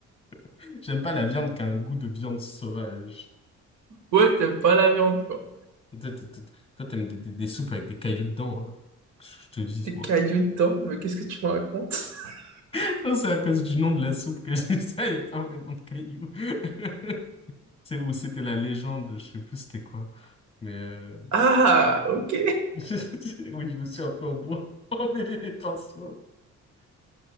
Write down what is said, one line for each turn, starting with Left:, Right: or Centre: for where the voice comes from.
Left: <laughs> J'aime pas la viande qui a un goût de viande sauvage.
Right: Ouais, t'aimes pas la viande, quoi.
Left: Et Toi, toi, toi- toi, t'aimes des, des, des soupes avec des cailloux dedans, hein. Que Je te dis,
Right: T'es
Left: moi.
Right: caillou dedans, mais qu'est-ce que tu me racontes? <laughs>
Left: <laughs> Non, c'est à cause du nom de la soupe que je dis ça, il n'y a pas vraiment de cailloux. <laughs> C'est où c'était la légende, je sais plus c'était quoi. Mais euh,
Right: Ah, ok.
Left: <laughs> oui, je me suis un peu embo- <laughs> emmêlé les pinceaux.